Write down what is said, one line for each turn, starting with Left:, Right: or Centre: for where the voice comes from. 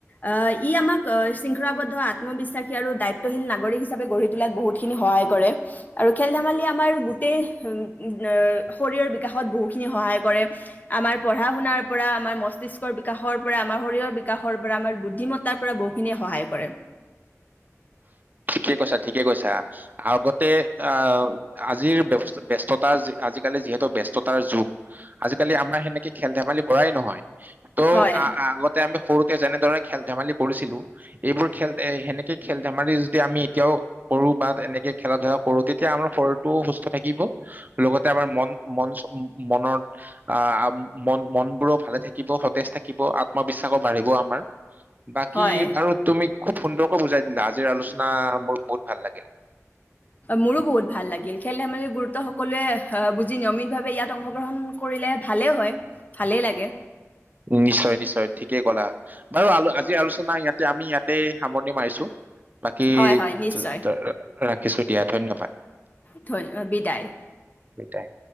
Left: অ! ই আমাক অ শৃংখলাবদ্ধ, আত্মবিশ্বাসী আৰু দায়িত্বশীল নাগৰিক হিচাপে গঢ়ি তোলাত বহুত খিনি সহায় কৰে। আৰু খেল-ধেমালিয়ে আমাৰ গোটেই আহ শৰীৰৰ বিকাশত বহুখিনি সহায় কৰে। আমাৰ পঢ়া-শুনাৰ পৰা, আমাৰ মস্তিষ্কৰ বিকাশৰ পৰা, আমাৰ শৰীৰৰ বিকাশৰ পৰা, আমাৰ বুদ্ধিমত তাৰ পৰা বহুখিনিয়ে সহায় কৰে।
Right: ঠিকে কৈছা, ঠিকেই কৈছা। আগতে আহ আজিৰ ব্য-ব্যস্ততাৰ আজিকালি যিহেতু ব্যস্ততাৰ যুগ। আজিকালি আমাৰ সেনেকে খেল-ধেমালি কৰাই নহয়। ত'
Left: হয়,
Right: আগতে আ-আ আমি সৰুতে যেনেদৰে খেল-ধেমালি কৰিছিলোঁ। এইবোৰ খেল সেনেকে খেল-ধেমালিৰ দি আমি এতিয়াও কৰো বা এনেকে খেলা-ধূলা কৰো, তেতিয়া আমাৰ শৰীৰটোও সুস্থ থাকিব। লগতে আমাৰ মন মন মনৰ আহ' মন মনবোৰো ভালে থাকিব। সতেজ থাকিব আত্মবিশ্বাসো বাঢ়িব আমাৰ। বাকী
Left: হয়।
Right: বাৰু তুমি খুব সুন্দৰকৈ বুজাই দিলা। আজিৰ আলোচনা মোৰ বহুত ভাল লাগিল।
Left: মোৰো বহুত ভাল লাগিল। খেল ধেমালি গুৰুত্ব সকলোৱে আহ' বুজি নিয়মিত ভাৱে ইয়াত অংশগ্ৰহণ কৰিলে ভালেই হয়, ভালেই লাগে।
Right: নিশ্চয় নিশ্চয় ঠিকেই কলা। বাৰু আল আজি আলোচনা ইয়াতে আমি ইয়াতে সামৰণি মাৰিছো। বাকী
Left: হয় হয় নিশ্চয়
Right: ৰা ৰাখিছো দিয়া ধন্যবাদ।
Left: ধ বিদায়।
Right: বিদায়।